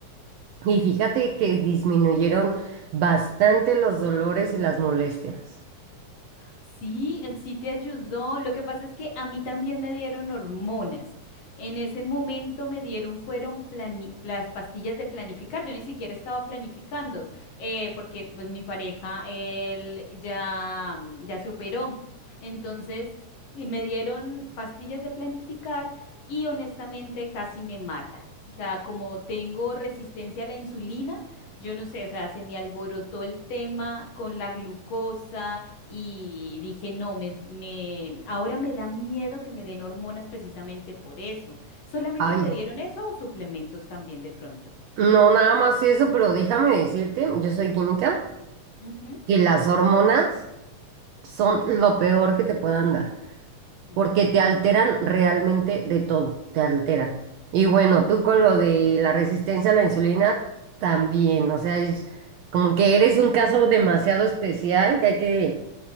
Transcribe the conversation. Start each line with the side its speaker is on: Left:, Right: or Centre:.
Right: Y fíjate que disminuyeron bastante los dolores y las molestias.
Left: Sí, eh, sí te ayudó. Lo que pasa es que a mí también me dieron hormonas. En ese momento me dieron, fueron plani- las pastillas de planificar. Yo ni siquiera estaba planificando, eh, porque pues mi pareja, él ya, mm, ya se operó. Entonces, y me dieron pastillas de planificar y honestamente casi me matan. O sea, como tengo resistencia a la insulina, yo no sé, o sea, se me alborotó el tema con la glucosa y dije, no, me, me, ahora me da miedo que me den hormonas precisamente por eso. ¿Solamente
Right: Ay,
Left: te dieron eso o suplementos también de pronto?
Right: No, nada más eso, pero déjame decirte, yo soy química,
Left: Ujú.
Right: que las hormonas son lo peor que te puedan dar.
Left: Mm,
Right: porque te alteran realmente de todo, te alteran. Y bueno,
Left: mm.
Right: tú con lo de la resistencia a la insulina también, o sea, es como que eres un caso demasiado especial que hay que